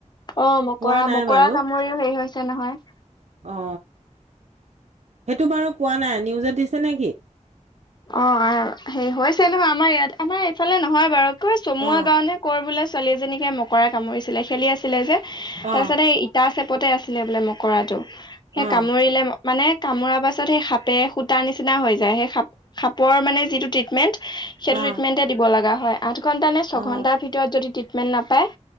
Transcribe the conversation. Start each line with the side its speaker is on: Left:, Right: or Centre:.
Left: অ মকৰা
Right: পোৱা নাই
Left: মকৰা
Right: বাৰু
Left: কামুৰিও হেৰি হৈছে নহয়।
Right: অ সেইটো বাৰু পোৱা নাই নিউজত দিছে নে।
Left: অ হেৰি হৈছে নহয় আমাৰ ইয়াত আমাৰ এইফালে নহয় বাৰু। <inaudible> চমুুৱা
Right: অ
Left: গাওঁ নে কৰ বোলে ছোৱালী এজনীকে মকৰা কামুৰিছিলে খেলি আছিলে যে। তাৰপিছত
Right: অ
Left: এই ইটা চেপতে আছিলে বোলে মকৰাটো সেই
Right: অ
Left: কামুৰিলে। মানে কামোৰাৰ পাছত সেই সাপে সূতা নিচিনা হৈ যায় সেই সাপৰ মানে যিটো ট্ৰিটমেণ্ট। সেইটো
Right: অ
Left: ট্ৰিটমেণ্টে দিব লগা হয় আঠ ঘন্টা নে ছয়ঘন্টাৰ
Right: অ
Left: ভিতৰত যদি ট্ৰিটমেণ্ট নাপায়।